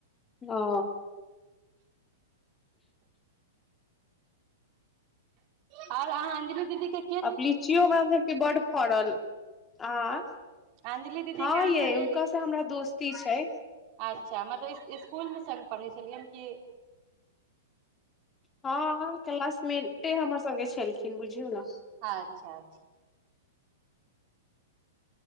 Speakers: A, on the left; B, on the right.
A: हा
B: ओर अहाँ अंजली दीदीके
A: आब लीचियो हमरा सभके बड्ड फड़ल आ। हँ,
B: अंजलि दीदी के अहाँ
A: यै
B: सहेली
A: हुनका
B: छी
A: से हमरा दोस्ती छै।
B: अच्छा, मतलब इ स्कूलमे सङ्ग पढ़ै छलियैन कि?
A: हँ, क्लासमेटे हमर सभके छलखिन बुझियौ ने
B: अच्छा, अच्छा।